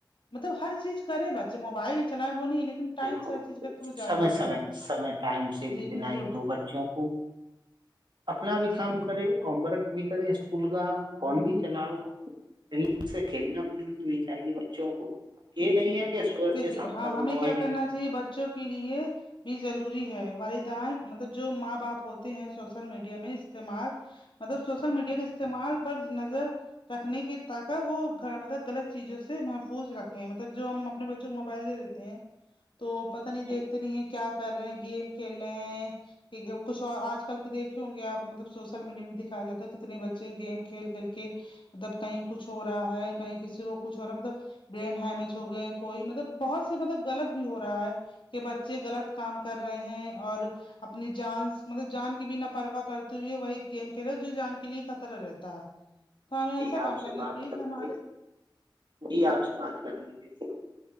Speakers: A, on the left; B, on the right.
A: مطلب ہر چیز کرے بچے ا موبائل ہی چلائے ہے وہ نہیں لیکن ٹائم
B: دیکھو
A: سے ہر چیز کرتے تو وہ زیادہ
B: سمے
A: اچھا
B: سمے
A: رہتا ہے
B: سمے ٹائم سے
A: جی
B: بتنا
A: بالکل
B: ہی دو بچوں کو اپنا بھی
A: جی
B: کام کرے ہوم ورک بھی کرے اسکول کا فون
A: جی
B: بھی چلاؤ اسے کھیلنا کودنا بھی چاہیے بچوں کو یہ نہیں ہے کہ صبح
A: دیکھیے
B: سے شام
A: ہاں
B: تک
A: ہمیں
B: موبائل
A: کیا
B: ہی
A: کرنا چاہیے بچوں کے لیے بھی ضروری ہے والدان مطلب جو ماں باپ ہوتے ہیں سوشل میڈیا میں استعمال مطلب سوشل میڈیا کے استعمال پر نظر رکھنے کی طاقت وہ مطلب غلط چیزوں سے محفوظ رکھیں مطلب جو ہم اپنے بچ چوں کو موبائل دے دیتے ہیں تو پتا نہیں
B: چاہیے۔
A: دیکھتے نہیں ہے کیا کر رہے ہیں گیم کھیل رہے ہیں کہ کچھ اور آج کل کے دیکھے ہوں گے آپ مطلب سوشل میڈیا میں دکھایا جاتا ہے کتنے بچے گیم کھیل کھیل کے مطلب کہیں کچھ ہو رہا ہے کہیں کسی کو کچھ ہو رہا ہے مطلب برین ہیمیج ہو گئے کوئی مطلب بہت س مطلب غلط بھی ہو رہا ہے کہ بچے غلط کام کر رہے ہیں اور اپنی جان مطلب جان کی بھی نا پررواہ کرتے ہو ہے وہی گیم کھیلے جو جان کے لیے خطرہ رہتا ہے تو ہمیں ایسا
B: جی آپ
A: کام کرنا
B: سے بات
A: چاہیے
B: کر
A: کہ ہمارے
B: کے جی آپ سے بات کر لی تھی